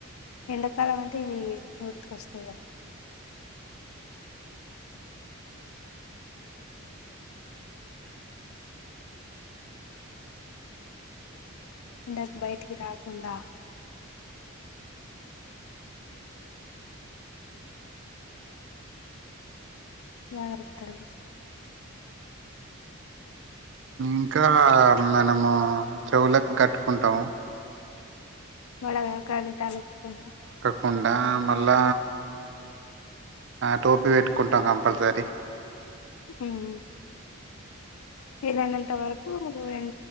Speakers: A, on the left; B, on the right.
A: ఎండాకాలం అంటే ఇవీ నూత్ వస్తేగా ఎండకి బయటికి రాకుండా జాగ్రత్తండి
B: ఇంకా మనము చెవులకు కట్టుకుంటాము
A: వడగా గాలి తలగకుండా
B: కుండా మళ్ళా టోపీ ఆ పెట్టుకుంటాం కంపల్సరీ
A: ఊమ్ ఈలైనంత వరకు ఎం